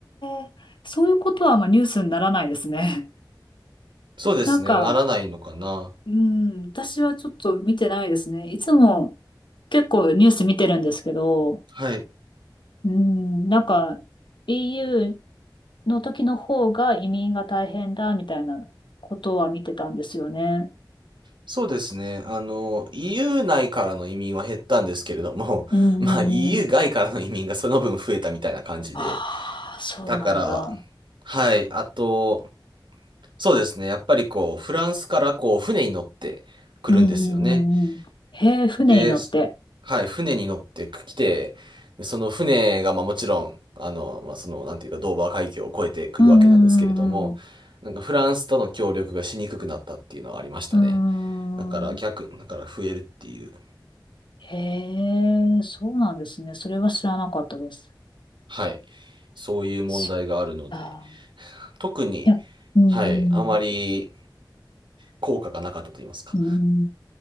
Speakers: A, on the left (about 75°); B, on the right (about 75°).
A: ー、そういうことはあんまニュースにならないですね。
B: <laughs>
A: <laughs>
B: そうですね、
A: なんか、
B: ならないのかな。
A: うん、私はちょっと見てないですね。いつも結構ニュース見てるんですけど、
B: はい。
A: うん、なんか、EU の時の方が移民が大変だみたいなことは見てたんですよね。
B: そうですね、あの、EU 内からの移民は減ったんですけれども、
A: うん
B: <laughs> まあ EU
A: うんうん
B: 外からの移民がその分増えたみたいな感じで、
A: ああ、そうなんだ。
B: だから、はい、あと、そうですね、やっぱりこう、フランスからこう、船に乗ってくるんですよね。
A: うん。うんうんうんうんへえ、船に乗って。
B: で、すはい、船に乗ってきて、でその船が、まあもちろん、あの、まあその、なんていうか、ドーバー海峡を越えてくるわけなんですけれども、
A: うんうんうん
B: なんかフランスとの協力がしにくくなったっていうのはありましたね。
A: うん。
B: だから逆、
A: うーん。
B: だから増えるっていう、
A: へえ、そうなんですね。それは知らなかったです。
B: はい、そういう問題があるので、
A: そっか。
B: 特に、
A: いや、うん、
B: はい、あまり
A: うん。
B: 効果がなかったと言いますか。
A: うん